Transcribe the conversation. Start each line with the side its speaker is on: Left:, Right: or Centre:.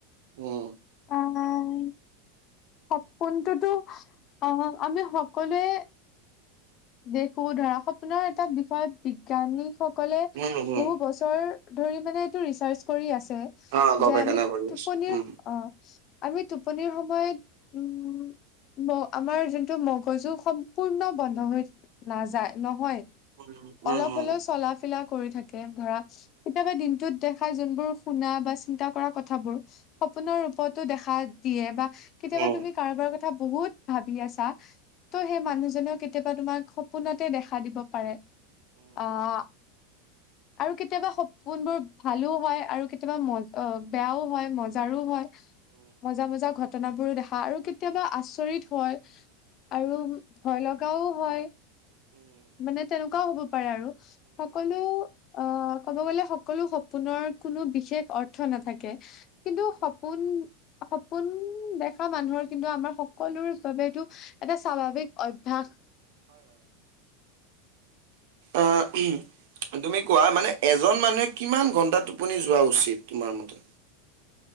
Right: উম।
Left: অঁ। সপোনটোতো আহ আমি সকলোৱে দেখো ধৰা সপোনৰ এটা বিষয়ত বিজ্ঞানীসকলে
Right: উম, উম,
Left: বহু বছৰ। ধৰি মানে এইটো ৰিচাৰ্জ কৰি আছে
Right: অ' গৱেষণা
Left: যে আমি
Right: কৰি
Left: টোপনিৰ।
Right: আছো উম।
Left: আমি টোপনিৰ সময়ত উম। আমাৰ যোনটো মগজু সম্পূৰ্ণ বন্ধ হৈ নাযায় নহয়।
Right: হয়, হয়।
Left: অলপ হ'লেও চলা ফিলা কৰি থাকে ধৰা কেতিয়াবা দিনটোত দেখা যোনবোৰ। শুনা বা চিন্তা কৰা কথাবোৰ সপোনৰ ৰূপতো দেখা দিয়ে বা কেতিয়াবা
Right: উম,
Left: তুমি কাৰোবাৰ কথা বহুত ভাবি আছা ত' সেই মানুহজনেও কেতিয়াবা তোমাক। সপোনতে দেখা দিব পাৰে অঁ। আৰু কেতিয়াবা সপোনবোৰ ভালো হয় আৰু কেতিয়াবা ম অ বেয়াও হয় মজাৰো হয়। মজা-মজা ঘটনাবোৰো দেখা আৰু কেতিয়াবা আচৰিত হয়। আৰু ভয় লগাও হয়। মানে তেনেকুৱাও হ'ব পাৰে আৰু সকলো অঁ। ক'ব গ'লে সকলো সপোনৰ কোনো বিশেষ অৰ্থ নাথাকে কিন্তু সপোন। সপোন দেখা মানুহৰ কিন্তু আমাৰ সকলোৰ বাবেটো। এটা স্বাভাৱিক অভ্যাস।
Right: আহ। তুমি কোৱা মানে এজন মানুহে কিমান ঘন্টা টোপনি যোৱা উচিত তোমাৰ মতে?